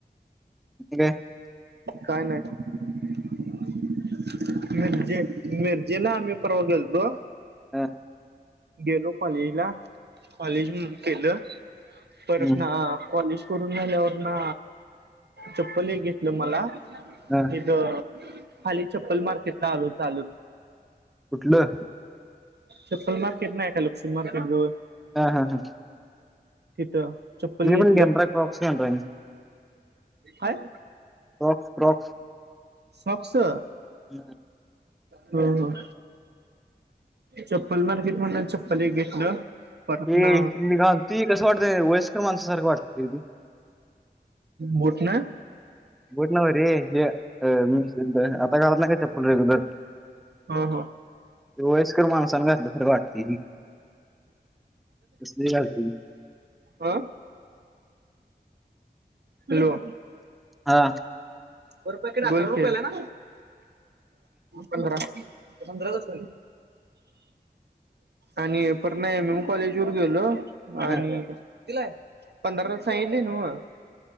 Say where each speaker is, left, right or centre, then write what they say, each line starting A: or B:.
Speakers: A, in the centre; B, on the right.
A: बे
B: काय नाही मेर्जे मिेर्जेला आम्ही पर्वाेलतो
A: ह
B: गेलो कॉलेजला कॉलेज केलं
A: हम्म.
B: परत ना कॉलेज करून झाल्यावर ना चप्पल हे घेतलं मला
A: हा.
B: इथ हाली चप्पल मार्केट ला आलो चालत
A: कुठलं
B: चप्पल मार्केट नाही आहे काय लक्ष्मी मार्किट जवळ
A: हा हा हां
B: तिथं चप्पल घेतलं
A: पण घेणार क्रॉक्स घेणार आहे
B: काय
A: क्रॉक्स क्रॉक्स
B: स्वाक्स हा
A: हम्म.
B: हा चप्पल मार्केट मधन चप्पल एक घेतलं परत
A: हे
B: ना
A: घाल तु कसं वाटत वयस्कर माणसासारखं वाटतंती
B: कुठं ना
A: बुट ना रे हे आता काळात नाही काय चप्पल रेग्युलर
B: हा हा
A: वायस्कर माणसान घातलं सारखं वाटते ही असलं घालकी
B: हा हॅलो
A: हा
B: पर पाकीट हजार रुपयला ना पंधरा पंधरावर्ष झाली आणि पण नाही म म कॉलेज व गेलो आणि.
A: हा
B: तला पंधरा साईठ दे न